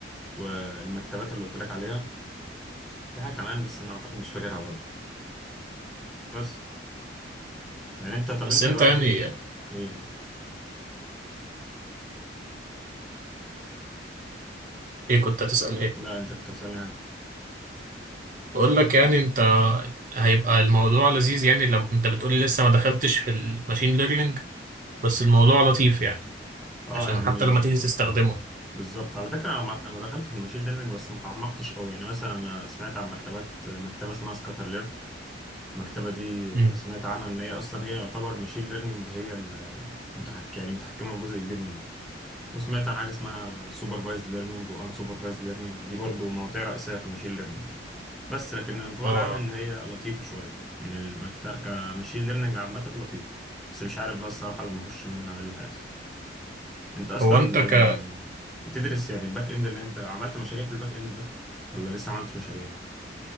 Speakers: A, in the centre; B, on the right.
A: والمكتبات اللي قلت لك عليها في حاجه كمان بس انا اعتقد مش فاكرها برضو بس يعني انت طب
B: بس
A: انت
B: انت
A: دلوقتي
B: يعني
A: ايه
B: ايه كنت هتسأل ايه
A: لا انت كنت بتسألني ها.
B: بقول لك يعني انت هيبقى الموضوع لذيذ يعني لما انت بتقولي لسه ما دخلتش في الماشين ليرنينج بس الموضوع لطيف يعني
A: اه
B: عشان
A: يعني
B: حتى لما تيجي تستخدمه
A: بالظبط على فكرة انا ما- انا دخلت في الماشين ليرنينج بس ما تعمقتش قوي يعني مثلا انا سمعت عن مكتبات مكتبة اسمها سكاتر ليرن المكتبة دي
B: امم
A: سمعت عنها ان هي اصلا هي يعتبر الماشين ليرنينج هي المتحكم يعني متحكمة في جزء كبير منه وسمعت عن حاجه اسمها سوبرفايزد ليرنينج وان سوبرفايزد ليرنينج دي برضو مواضيع رئيسيه في الماشين ليرنينج يعني بس لكن الانطباع
B: اه
A: العام ان
B: آه.
A: هي لطيفه شويه يعني المكتب كماشين ليرنينج عامه لطيفه بس مش عارف بقى الصراحه لما اخش منها ايه اللي هيحصل انت اصلا
B: هو انت ك
A: يعني بتدرس يعني الباك اند اللي انت عملت مشاريع في الباك اند ده ولا لسه ما عملتش مشاريع